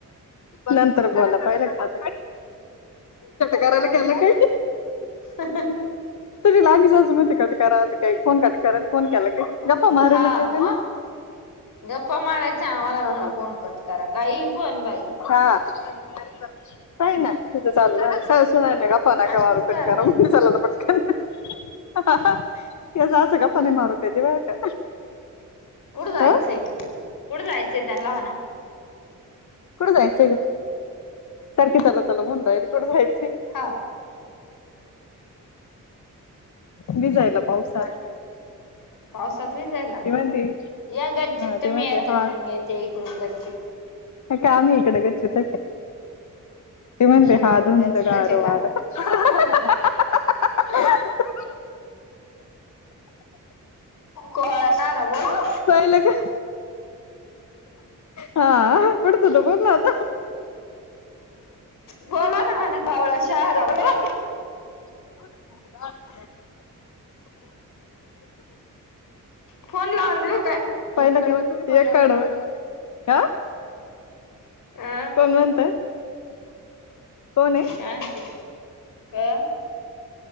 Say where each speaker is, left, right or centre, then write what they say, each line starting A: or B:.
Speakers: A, on the left; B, on the left.
A: नंतर बोला पहिलं काट करायला गला कर
B: ह
A: तझरी लाग सज मती कट कता काही फोन कट फोन केला क गपपा मारला
B: हा
A: केला
B: मग
A: ना
B: गप्पा मारय च मला
A: ना.
B: मला फोन कटकारा काय पोण भाई
A: हा काही
B: हा
A: ना तिचं चालू ससणार नाही का णा
B: अशाच
A: का वारू पटका
B: करते
A: चालाता पटक हेच आस गपााने मारून देत बार का
B: कुढ जायचंय
A: अ
B: कुढ जायचंय त्यांना हणा
A: कुठं जायचंय सारखे चला चला म्हनताय कुठं जायचंय
B: हा
A: भी जायला पावसात
B: बर पावसात व जायला
A: ती म्हणती
B: या ग
A: हा
B: चित्त
A: ते म्हणते
B: मी या तिकडून
A: हा
B: मी ते इकडून ग्
A: का आम्ही इकडे गच्छत ते म्हणते अधुंद
B: गच्चीतच
A: ग
B: आहे का
A: अर वार ह ह ह ह हहह
B: क सारा बोला
A: पाहिलं का हा पुढचं तू
B: आम
A: बोल
B: जा
A: ना आता
B: कर बोला ना म्हणा पावळा शहारवला
A: <inaudible>
B: फोन लावून दिऊ
A: पहिड म येकाड ह
B: अ
A: पंगंत आहे कोण आहे
B: काते अ